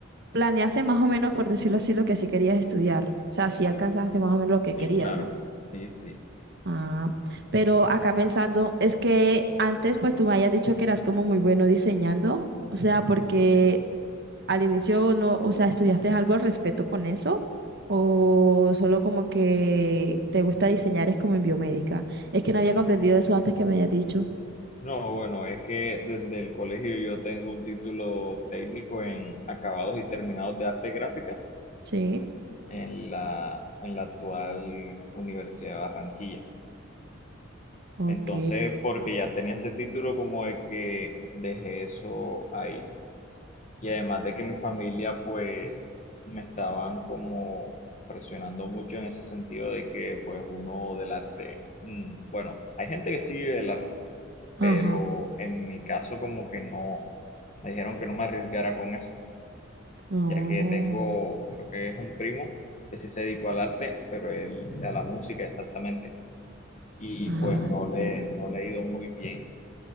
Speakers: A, on the right; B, on the left.
A: planeaste más o menos, por decirlo así, lo que sí querías estudiar. O sea, sí alcanzaste más o menos lo que querías,
B: Sí, claro,
A: ¿no?
B: sí, sí.
A: Ah, pero acá pensando, es que antes pues tú me habías dicho que eras como muy bueno diseñando, o sea, porque al inicio no, o sea, ¿estudiaste algo al respecto con eso? ¿O solo como que te gusta diseñar es como en biomédica? Es que no había comprendido eso antes que me habías dicho.
B: No, bueno, es que desde el colegio yo tengo un título técnico en acabados y terminados de artes gráficas
A: Sí,
B: en la, en la actual Universidad de Barranquilla.
A: ok.
B: Entonces, porque ya tenía ese título como de que dejé eso ahí. Y además de que mi familia pues me estaban como presionando mucho en ese sentido de que pues uno del arte, mm, bueno, hay gente que sí vive del arte, pero
A: Ajá.
B: en mi caso como que no, me dijeron que no me arriesgara con eso.
A: Oh.
B: ya que tengo, creo que es un primo que sí se dedicó al arte, pero él a la música exactamente, y
A: Ah,
B: pues no
A: entiendo.
B: le, no le ha ido muy bien,